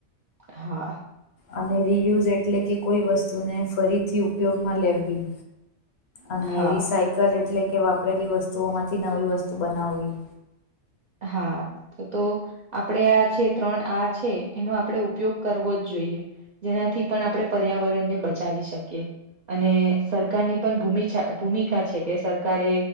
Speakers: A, on the right; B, on the left.
A: હા
B: અને રીયુઝ એટલે કે કોઈ વસ્તુને ફરીથી ઉપયોગમાં લેવી અને
A: હા
B: રિસાયકલ એટલે કે વાપરેલી વસ્તુઓમાંથી નવી વસ્તુ બનાવવી
A: હા તો આપણે આ છે ત્રણ આ છે એનો આપણે ઉપયોગ કરવો જ જોઈએ જેનાથી પણ આપણે પર્યાવરણને બચાવી શકીએ અને સરકારની પણ ભૂમિ છે ભૂમિકા છે કે સરકારે